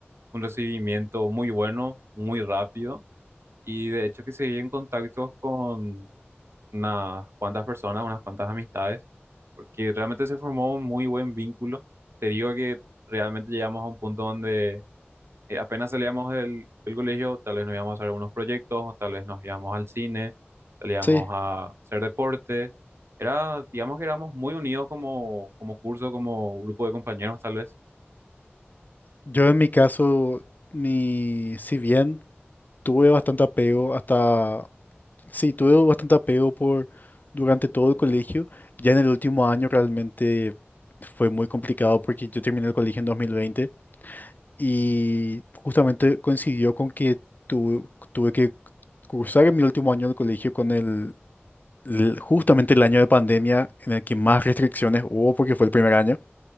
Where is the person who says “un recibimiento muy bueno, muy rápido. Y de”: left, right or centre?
Right